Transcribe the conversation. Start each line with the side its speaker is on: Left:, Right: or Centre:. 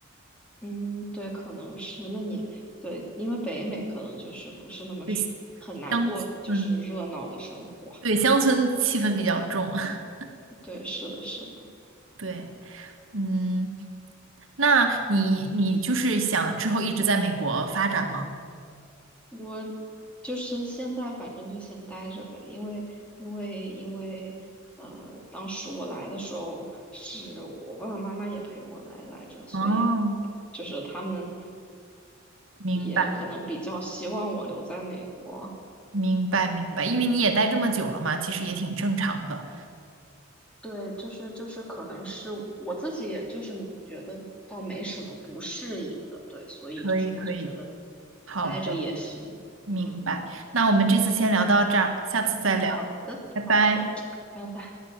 Centre: 嗯，对，可能是。那你对，因为北美可能就是不是那么是很难过，
Right: 对乡村，
Centre: 就是热闹的生活。
Right: 对，乡村气氛比较重。<laughs>
Centre: <laughs> 对，是的，是的。
Right: 对，嗯，那你你就是想之后一直在美国发展吗？
Centre: 我就是现在反正就先待着呗，因为因为因为呃，当时我来的时候是我爸爸妈妈也陪我来来着，所以
Right: 哦，
Centre: 就是他们
Right: 明白。
Centre: 也可能比较希望我留在美国。
Right: 明白明白，因为你也待这么久了嘛，其实也挺正常的。
Centre: 对，就是就是可能是我自己，也就是觉得倒没什么不适应的，对，所以就是我就觉得
Right: 可以可以，好的，
Centre: 待着也行，
Right: 明白。
Centre: 嗯
Right: 那我们这次先聊到这儿，下次再聊，
Centre: 嗯，好的好的，
Right: 拜拜。
Centre: 拜拜。